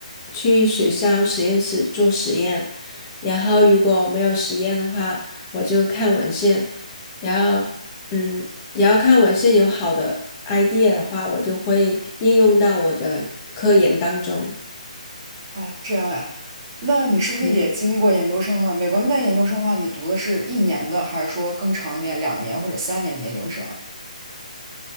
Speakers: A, on the left; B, on the right.
A: 去学校实验室做实验，然后如果没有实验的话，我就看文献，然后嗯，然后看文献有好的 idea 的话，我就会应用到我的科研当中。
B: 哦，这样呀，那你是不是也经历过研究生呢？
A: 嗯。
B: 美国那边研究生的话，你读的是一年的，还是说更长一点，两年或者三年的研究生啊